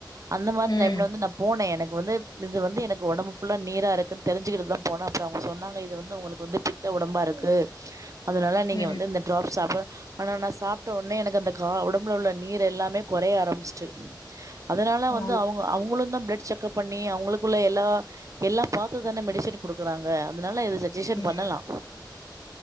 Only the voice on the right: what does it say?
அந்த மாறி
டைம்ல வந்து நம் போனே எனக்கு வந்து இது வந்து எனக்கு ஒடம்பு ஃபுல்லா நீரா இருக்குன்னு தெரிஞ்சுக்கிட்டு தா போனே அப்றோ அவுங்க சொன்னாங்க இது வந்து உங்களுக்கு வந்து பித் த ஒடம்பாருக்கு அதனால நீங்க
வந்து இந்த ட்ராப்ஸ் சாப்ட ஆனா நா சாப்ட்ட ஒடனே எனக்கு அந்த கா உடம்புல உள்ள நீர் எல்லாமே கொறைய ஆரம்பிச்சிட்டு அதனால
வந்து அவுங்க அவுங்களு தா பிளட் செக் கப்பண்ணி அவுங்களுக்குள்ள எல்லா எல்லா பாத்துதானே மெடிசின் குடுக்கறாங்க அதனால இது செக்
<unintelligible> பண்ணலா